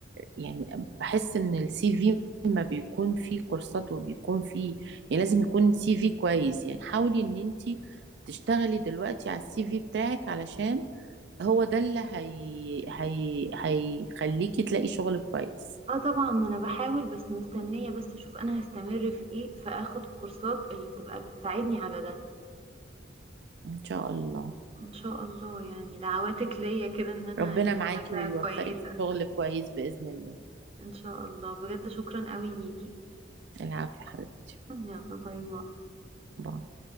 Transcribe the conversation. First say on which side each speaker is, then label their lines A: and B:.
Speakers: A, on the right; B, on the right.
A: يعني بحس ان السي في ما بيكون فيه كورسات وبيكون فيه يعني لازم يكون سي في كويس يعني حاولي ان انتي تشتغلي دلوقتي على السي في بتاعك علشان هو ده اللي هي... هي... هيخليكي تلاقي شغل كويس
B: اه طبعا انا بحاول بس مستنية بس اشوف انا هستمر في ايه فاخد الكورسات اللي تبقى بتساعدني على ده
A: ان شاء الله
B: ان شاء الله يعني دعواتك ليا كده ان انا
A: ربنا
B: الاقي
A: معاكي
B: حاجة
A: ويوفقك
B: كويسة
A: في شغل كويس بإذن الله
B: ان شاء الله بجد شكرا قوي ليكي
A: العافية حبيبتي
B: يلا باي باي
A: باي.